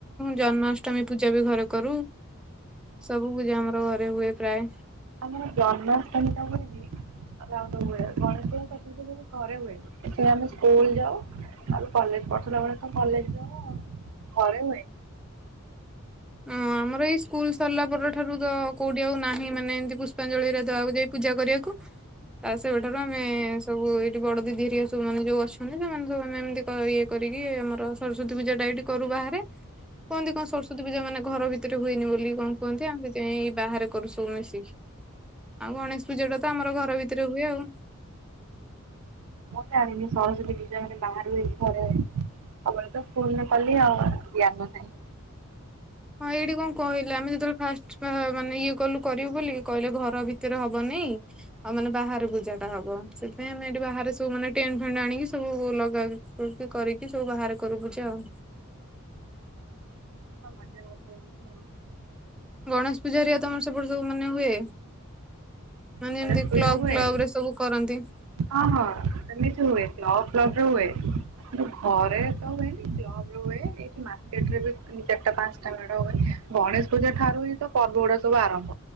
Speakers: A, in the centre; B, on the right.
A: ଜନ୍ମାଷ୍ଟମୀ ପୂଜା ବି ଘରେ କରୁ। ସବୁ ପୂଜା ଆମର ଘରେ ହୁଏ ପ୍ରାୟେ।
B: ଆମର ଜନ୍ମଷ୍ଟମୀ ଟା ହୁଏନି। ନହେଲେ ଆଉ ସବୁ ହୁଏ। ଗଣେଶ ପୂଜା, ସରସ୍ୱତୀ ପୂଜା ବି ଘରେ ହୁଏ। ଏଥିରେ ଆମେ ସ୍କୁଲ୍ ଯାଉ। ଆଉ କଲେଜ୍ ପଢୁଥିଲା ବେଳେ ତ କଲେଜ୍ ଯାଉ ଆଉ। ଘରେ ହୁଏ।
A: <unintelligible> ଆମର ଏଇ ସ୍କୁଲ୍ ସରିଲା ପର ଠାରୁ ତ କୋଉଠି ଆଉ ନାହିଁ ମାନେ ଏମିତି ପୁଷ୍ପାଞ୍ଜଳି ହେରିକା ଦେବାକୁ ଯାଇ ପୂଜା କରିବାକୁ। ତା ସେବେଠାରୁ ଆମେ ସବୁ ଏଇଠି ବଡ ଦିଦି ହେରିଆ ସବୁ ସେମାନେ ଯୋଉ ଅଛନ୍ତି ସେମାନେ ସବୁ ଆମେ ଏମିତି ଇଏ କରିକି ଆମର ସରସ୍ଵତୀ ପୂଜା ଟା ଏଇଠି କରୁ ବାହାରେ। କୁହନ୍ତି କଣ ସରସ୍ଵତୀ ପୂଜା ମାନେ ଘର ଭିତରେ ହୁଏନି ବୋଲି କଣ କୁହନ୍ତି। ଆମେ ସେଇଥିପାଇଁ ବାହାରେ କରୁ ସବୁ ମିଶିକି। ଆଉ ଗଣେଶ ପୂଜା ଟା ତ ଆମର ଘର ଭିତରେ ହୁଏ ଆଉ।
B: ମୁଁ ଜାଣିନି ସରସ୍ଵତୀ ପୂଜା ମାନେ ବାହାରେ ହୁଏ କି ଘରେ ସବୁବେଳେ ତ ସ୍କୁଲ୍ ରେ କଲି ଆଉ, ଜ୍ଞାନ ନାହିଁ।
A: ହଁ ଏଇଠି କଣ କହିଲେ ଆମେ ଯେତେବେଳେ ଫାଷ୍ଟ ମାନେ ଇଏ କଲୁ କରିବୁ ବୋଲି କହିଲେ ଘର ଭିତରେ ହବନି। ଆଉ ମାନେ ବାହାରେ ପୂଜା ଟା ହବ। ସେଇଥିପାଇଁ ଆମେ ଏଠି ବାହାରେ ସବୁ ମାନେ ଟେଣ୍ଟ ଫେଣ୍ଟ ଆଣିକି ସବୁ ଲଗା ଏମତି କରିକି ସବୁ ବାହାରେ କରୁ ପୂଜା ଆଉ।
B: <unintelligible>
A: ଗଣେଶ ପୂଜା ହେରିକା ତମର ସେପଟେ ସବୁ ମାନେ ହୁଏ? ମାନେ
B: ଗଣେଶ
A: ଯେମତି କ୍ଲବ୍
B: ପୂଜା ହୁଏ
A: କ୍ଲବ୍ ରେ ସବୁ କରନ୍ତି।
B: ହଁ ହଁ ସେମିତି ହୁଏ। କ୍ଲବ୍ କ୍ଲବ୍ ରେ ହୁଏ। ଘରେ ତ ହୁଏନି। କ୍ଲବ୍ ରେ ହୁଏ ଏଇଠି ମାର୍କେଟରେ ବି ତିନି ଚାରିଟା ପାଞ୍ଚଟା ମେଢ଼ ହୁଏ। ଗଣେଶ ପୂଜା ଠାରୁ ହିଁ ତ ପର୍ବ ଗୁଡା ସବୁ ଆରମ୍ଭ।